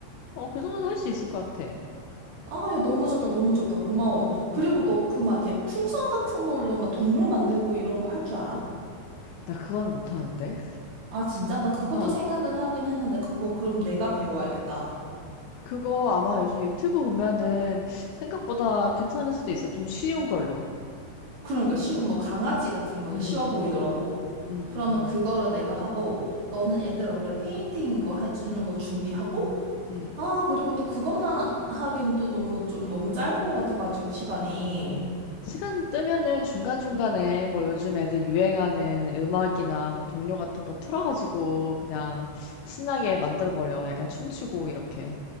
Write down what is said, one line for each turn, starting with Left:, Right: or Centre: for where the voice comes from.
Left: 어, 그 정도는 할 수 있을 것 같아.
Right: 아, 야, 너무 좋다, 너무 좋다. 고마워.
Left: 음,
Right: 그리고
Left: 음, 음. 음.
Right: 너 그 막 이렇게 풍선 같은 걸로 막 동물 만들고 이런 거 할 줄 알아?
Left: 나 그건 못하는데.
Right: 아, 진짜? 나 그것도
Left: 어.
Right: 생각을 하긴 했는데, 그거 그럼 내가 배워야겠다.
Left: 그거 아마 요즘 유튜브 보면은 생각보다 괜찮을 수도 있어. 좀 쉬운 걸로.
Right: 그러니까 쉬운 뭐 강아지 같은 거는
Left: 음,
Right: 쉬워 보이더라고.
Left: 음, 음,
Right: 그러면
Left: 음, 음.
Right: 그거를 내가 하고, 너는 애들 얼굴에 페인팅 이거 해주는 거 준비하고,
Left: 음.
Right: 아, 그리고 또 그것만 한- 하기엔 또 너무 좀 너무 짧을 것 같아가지고 시간이.
Left: 시간 뜨면은 중간중간에 뭐 요즘 애들 유행하는 음악이나 뭐 동료 같은 거 틀어가지고 그냥 신나게 만들어버려. 약간 춤추고 이렇게.